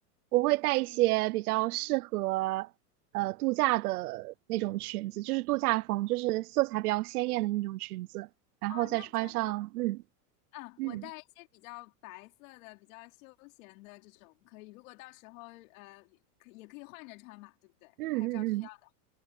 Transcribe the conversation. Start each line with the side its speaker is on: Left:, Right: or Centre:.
Right: 我会带一些比较适合呃度假的那种裙子，就是度假风，就是色彩比较鲜艳的那种裙子，然后再穿上，
Left: 哦，那正好。
Right: 嗯
Left: 嗯，
Right: 嗯
Left: 我带一些比较白色的、比较休闲的这种可以，如果到时候呃可也可以换着穿嘛，对不对？
Right: 嗯嗯嗯，
Left: 拍照需要的。